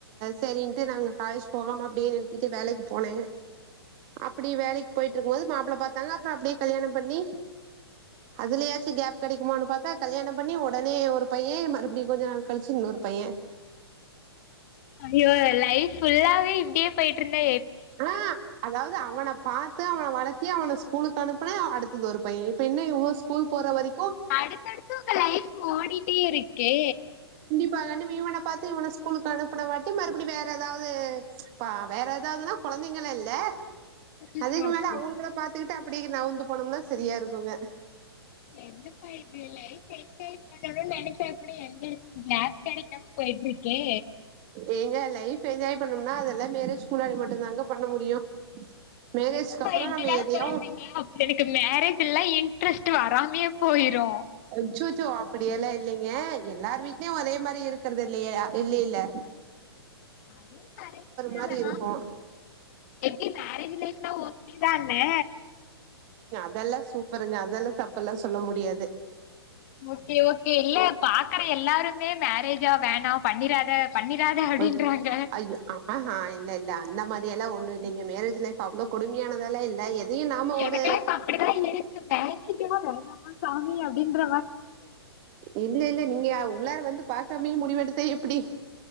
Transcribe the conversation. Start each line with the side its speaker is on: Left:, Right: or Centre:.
Right: செரின்ட்டு நாங்க காலேஜ் போகாமா அப்டியே நிறுத்திட்டு வேலக்கு போனே அப்டி வேலைக்கு போயிட்ருக்கும் போது மாப்ள பாத்தாங்க அப்ற அப்டியே கல்யாணம் பண்ணி அதுலயாச்சு கேப் கெடைக்குமானு பாத்தா கல்யாணம் பண்ணி ஒடனே ஒரு பைய மறுபடி கொஞ்ச நாள் கழிச்சு இன்னொ ரு பையேன்
Left: ஐயோ லைஃப் ஃபுல்லாவே இப்டியே போய்ட்ருந்தா
Right: ஆ அதாவ்து அவன பாத்து அவன வளத்தி அவன ஸ்கூலுக்கு அனுப்புனே அடுத்தது ஒரு பையெ இப்ப இன்னு இவ ஸ்கூல் போற வரி
Left: அடுத்தடுத்து ஒங்க லைஃப் ஓடிட்டேருக்கே
Right: <unintelligible> ப்ப இவன பாத்தே இவன ஸ்கூலுக்கு அனுப்புன வாட்டி மறுப்டி வேற எதாவ்து பா வேற எதாவ்துனா கொழந்தைங்கள இல்ல
Left: ம்
Right: அதுக்கு
Left: ஓகே
Right: மேல அவுங்கள பாத்துக்கிட்டு அப்டி நவுந்து போனோம்னா சரியாருக்குங்க
Left: என்னப்பா இது லைஃப்ஃப என்ஜாய் பண்ணணுன் நெனச்சா கூட எங்கருக்கு கேப் கெடைக்காம போய்ட்ருக்கே
Right: ஏங்க லைஃப் என்ஜாய் பண்ணும்னா அதெல்லா மேரேஜ்க்கு முன்னாடி மட்டுந்தாங்க பண்ண முடியு மேரேஜ்க்கு
Left: என்னப்பா
Right: அப்றோ
Left: இப்டிலா
Right: நம்ம எதையு
Left: சொல்ட்றீங்க எனக்கு மேரேஜெல்லா இ ன்ட்ரெஸ்ட் வராமே போயிரு
Right: அச்சோச் சோ அப்டியெல்லா இல்லீங்க எல்லார் வீட்லயு ஒரே மாரி இருக்கறது இல்லயா இல்லீல்ல
Left: அதுவு கரெக்ட்டு
Right: மாரி
Left: தா
Right: இருக்கு
Left: எப்டி மேரேஜ் லைஃப் லா ஓகே தானே
Right: அதெல்லா சூப்பருங்க அதெல்லா தப்புல்லா சொல்ல முடியாது
Left: ஓகே ஓகே இல்ல பாக்கற எல்லாருமே மேரேஜா வேண் ணா பண்ணிராத பண்ணிராத அப்டின்றாங்க
Right: ஒய் ஐயோ ஆஹா இல்ல இல்ல அந்த மாரி எல்லா ஒண்ணு இல்லங்க மேரேஜ் லைஃப் அவ்ளோ கொடுமயானதெல்லா இல்ல எ தி நாம
Left: எனக்கெல்லாம்
Right: ஒரு
Left: இப்ப அப்படிதான் இருக்கு மேரேஜா வேணாமா சாமி அப்படின்ற
Right: இல்லெல்ல நீங்க ய உள்ளார வந்து பாக்காமே முடிவெடுத்தா எப்டி